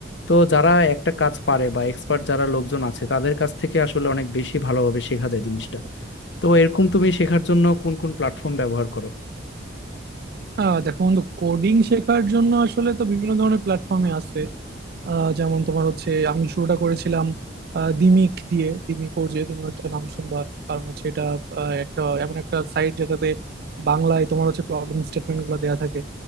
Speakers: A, on the left; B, on the right.
A: তো যারা একটা কাজ পারে বা এক্সপার্ট যারা লোকজন আছে তাদের কাছ থেকে আসলে অনেক বেশি ভালোভাবে শেখা যায় জিনিসটা তো এরকম তুমি শেখার জন্য কোন কোন প্ল্যাটফর্ম ব্যবহার করো
B: আহ দেখো বন্ধু কোডিং শেখার জন্য আসলে তো বিভিন্ন ধরনের প্ল্যাটফর্মে আছে আহ, যেমন তোমার হচ্ছে আমি শুরুটা করেছিলাম আহ, দিমিক দিয়ে দিমিক ওজে তুমি হয়তো নাম শুনবা কারণ হচ্ছে এটা আহ, একটা এমন একটা সাইট যেটাতে বাংলায় তোমার হচ্ছে প্রবলেম স্টেটমেন্ট গুলো দেওয়া থাকে